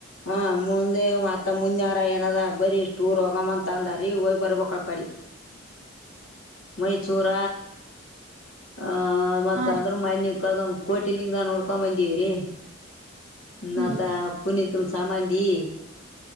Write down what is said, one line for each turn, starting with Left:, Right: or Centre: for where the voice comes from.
Left: ಹ ಮುಂದೆ ಮತ್ತ ಮುಂದಿನವಾರ ಏನ ಅದ. ಬರಿೀ ಟೂರ್ ಹೋಗಮ್ ಅಂತ ಅಂದಾರಿೀ ಹೋಗ ಬರ್ಬ ಆ ಕಡೆ. ಮೈಸೂರ! ಆ ಮತ್ತ
Right: ಹಾ
Left: ಅಂದ್ರೆ
Right: ರೀ
Left: ಮನೆ ಕದ ಕೊಟ್ಟ! ಹಂಗ ನೋಡ್ಕೊ ಬಂದೀವ್ರೀ
Right: ಹ್ಮ್
Left: ಮತ್ತ ಪುನತ್ ನ ಸಮಾಧಿ ಈ